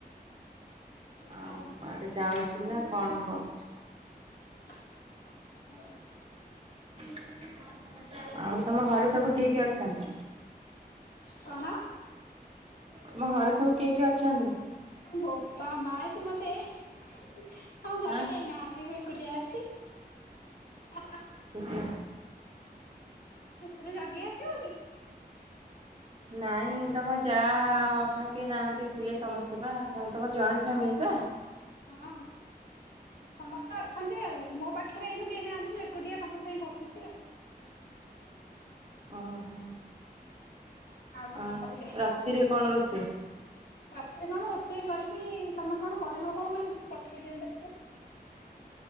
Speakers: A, on the right; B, on the left.
A: ଆଉ
B: ହଁ ହଁ
A: କୁଆଡେ ଯାଉଚୁ ନା କଣ କରୁଚୁ।
B: <inaudible>
A: <inaudible> ଆଉ ତମ ଘରେ ସବୁ କିଏ କିଏ ଅଛନ୍ତି?
B: କଣ?
A: ତମ ଘରେ ସବୁ କିଏ କିଏ ଅଛନ୍ତି?
B: ବୋପା ମା ତୁ ମୋତେ ଆମ ଘରେ
A: ହାଁ
B: କେହି ନାହାନ୍ତି ମୁଁ ଏ କୁଟିଆ ଅଛି ।
A: ରା
B: ମତେ ଜଗି ଆସିବୁ କି?
A: ନାଇଁ ତମ ଯା ଫା କେହି ନାହାନ୍ତି ଥିଲେ ସମସ୍ତେ ବା ତ ତମ ଜଏଣ୍ଟ ଫ୍ୟାମିଲି ପା?
B: ହଁ ବା ସମସ୍ତେ ଅଛନ୍ତି ଆଉ ମୋ ପାଖରେ ଏଇନୁ କେହି ନାହାନ୍ତି ମୁଁ ଏକୁଟିଆ ତମ ସାଙ୍ଗେ ଗପୁଚି ଆଉ।
A: ଓ ହୋ।
B: କଣ
A: ଆଉ,
B: କହିଯା।
A: ରାତିରେ କଣ ରୋଷେଇ?
B: ରାତିରେ କଣ ରୋଷେଇ କରିବି, ତମେ କଣ କରିବ କହୁନ ପଠେଇ ଦିଅନ୍ତ ଟିକେ।